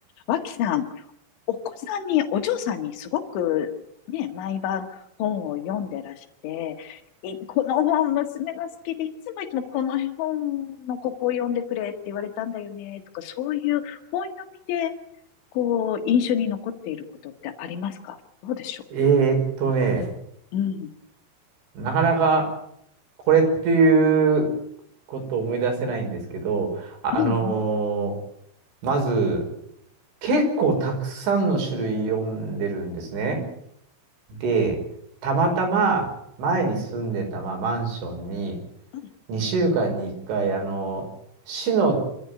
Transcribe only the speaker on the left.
脇さん、お子さんに、お嬢さんにすごくね、毎晩本を読んでらして、いこの本娘が好きで、いつもいつもこの本のここを読んでくれって言われたんだよね、とか、そういう本読みで、こう、印象に残っていることってありますかどうでしょ
ううん。
うんうん。
うん。